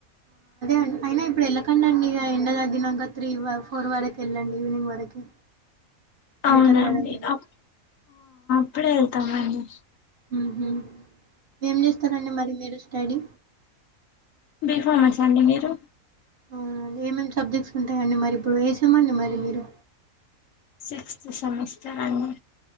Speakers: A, on the right; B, on the left.
A: ఎంతైనా ఇప్పుడు వెళ్ళకండండి. ఆ ఎండ తగ్గినాక త్రీ ఫోర్ వరకు వెళ్ళండి ఈవినింగ్ వరకి.
B: అవునండి
A: బెటర్ కదండి
B: ఆ ప్ ప్పుడే వెళ్తమండి
A: మ్ హు ఏం చేస్తారండి మరి మీరు స్టడి
B: బి ఫమస్ అండి మీరు
A: అవునా అండి ఏమేం సబ్జెక్ట్స్ ఉంటాయండి మరి ఇప్పుడు ఏ సేమ్ అండి మరి మీరు
B: సిక్స్త్ సెమిస్టర్ అండి